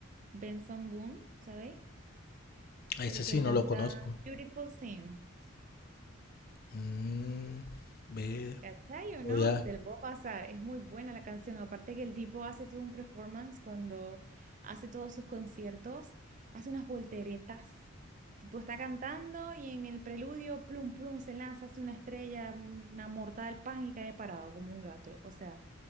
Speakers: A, on the right (about 35°); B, on the left (about 45°).
A: Benson Boone, ¿sabéis?
B: ese
A: El
B: sí
A: que
B: no
A: canta
B: lo conozco.
A: Beautiful Things.
B: Mm, ve,
A: ¿Cachai o
B: voy
A: no?
B: a...
A: Te lo puedo pasar. Es muy buena la canción. Aparte que el tipo hace todo un performance cuando hace todos sus conciertos. Hace unas volteretas. Tipo está cantando y en el preludio, plum, plum, se lanza, hace una estrella, un- una mortal pan y cae parado como un gato. O sea,